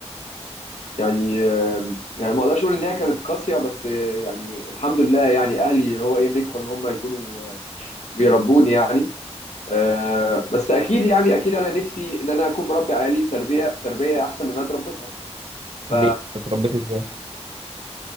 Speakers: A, on the left (about 85°); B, on the right (about 55°).
A: يعني آم، يعني ما اقدرش اقول ان هي كانت قاسيه بس آه، يعني الحمد لله يعني اهلي اللي هو ايه نجحوا ان هم يكونوا آه، بيربوني يعني آه، بس اكيد يعني اكيد انا نفسي ان انا اكون بربي عيالي تربيه تربيه احسن من اللي انا اتربيتها ف
B: ليه اتربيت ازاي